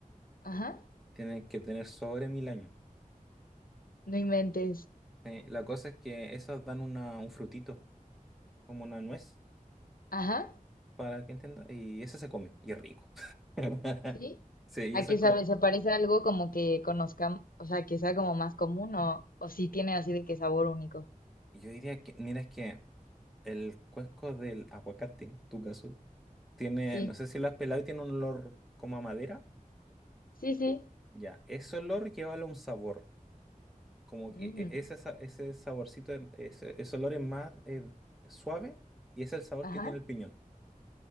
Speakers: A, on the left (about 85°); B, in the centre.
A: Ajá.
B: tienen que tener sobre mil años.
A: No inventes.
B: Eh, la cosa es que esos dan una, un frutito, como una nuez,
A: Ajá.
B: para que entienda, y ese se come, y es rico. <laughs>
A: ¿Sí?
B: Sí, y
A: ¿A
B: eso
A: qué
B: es como,
A: sabe? ¿Se parece a algo como que conozcamos, o sea, que sea como más común o, o sí tiene así de que sabor único?
B: yo diría que, mira, es que el cuesco del aguacate, en tu caso, Tiene,
A: Sí,
B: no sé si lo has pelado y tiene un olor como a madera.
A: sí, sí.
B: Ya, ese olor llévalo a un sabor. Como
A: Mm,
B: que e- ese, sa- ese saborcito, de- ese, ese olor es más eh, suave y es el sabor
A: Ajá.
B: que tiene el piñón.